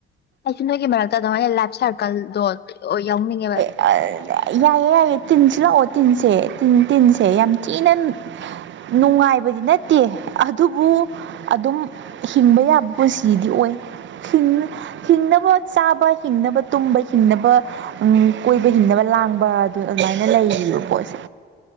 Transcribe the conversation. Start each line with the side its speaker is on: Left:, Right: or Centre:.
Left: ꯑꯩꯁꯨ ꯅꯣꯏꯒꯤ ꯃꯔꯛꯇ ꯑꯗꯨꯃꯥꯏꯅ ꯂꯥꯏꯐ ꯁꯥꯔꯀꯜꯗꯣ ꯌꯥꯎꯅꯤꯡꯉꯦꯕ꯫
Right: ꯑꯥ ꯌꯥꯏꯌꯦ ꯌꯥꯏꯌꯦ ꯇꯤꯟꯁꯨ ꯂꯥꯛꯑꯣ ꯇꯤꯟꯁꯦ ꯇꯤꯟꯁꯦ ꯌꯥꯝ ꯊꯤꯅ ꯅꯨꯡꯉꯥꯏꯕꯗꯤ ꯅꯠꯇꯦ ꯑꯗꯨꯕꯨ ꯑꯗꯨꯝ ꯍꯤꯡꯕ ꯌꯥꯕ ꯄꯨꯟꯁꯤꯗꯤ ꯑꯣꯏ꯫ ꯍꯤꯡ ꯍꯤꯡꯅꯕ ꯆꯥꯕ ꯍꯤꯡꯅꯕ ꯇꯨꯝꯕ ꯍꯤꯡꯅꯕ ꯎꯝ ꯀꯣꯏꯕ ꯍꯤꯡꯅꯕ ꯂꯥꯡꯕ ꯑꯗꯨ ꯑꯗꯨꯃꯥꯏꯅ ꯂꯩꯔꯤꯕ ꯄꯣꯠꯁꯦ꯫